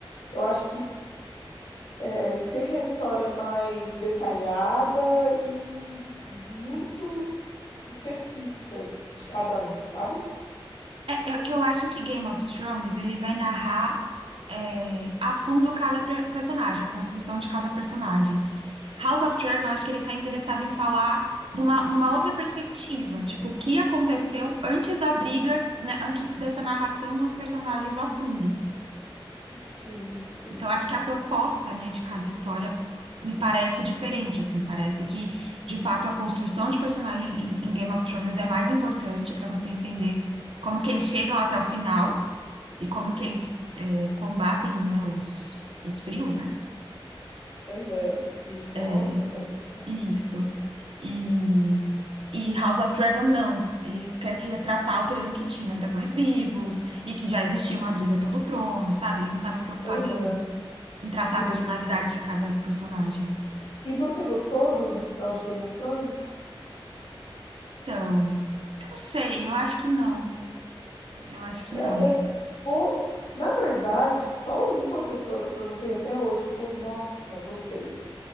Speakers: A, on the left; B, on the right.
A: eu acho que é, tem a história mais detalhada e muito específica de cada um, sabe?
B: É, é que eu acho que Game of Thrones, ele vai narrar é, a fundo cada pre- personagem, a construção de cada personagem. House of Dragon, eu acho que ele tá interessado em falar de uma- numa outra perspectiva, tipo, o que aconteceu antes da briga, né, antes dessa narração dos personagens a fundo.
A: Sim, sim.
B: Então, eu acho que a proposta, né, de cada história me parece diferente, assim, parece que, de fato, a construção de personagem em, em Game of Thrones é mais importante para você entender como que eles chegam até o final e como que eles é, combatem, né, os, os frios, né?
A: Aham, Sim, os mortos
B: É,
A: ali. né?
B: isso. E, e House of Dragon não. Ele quer retratar
A: Sim.
B: o período que tinha dragões vivos e que já existia uma briga pelo trono, sabe? Ele não tá muito preocupado
A: Aham,
B: em, em traçar
A: Sim,
B: a personalidade
A: sim.
B: de cada personagem.
A: E você gostou do, do final de Game of Thrones?
B: Então, eu não sei, eu acho que não. Eu acho que
A: É,
B: não.
A: é Pô, na verdade, só uma pessoa que eu perguntei até hoje que falou: Nossa, gostei.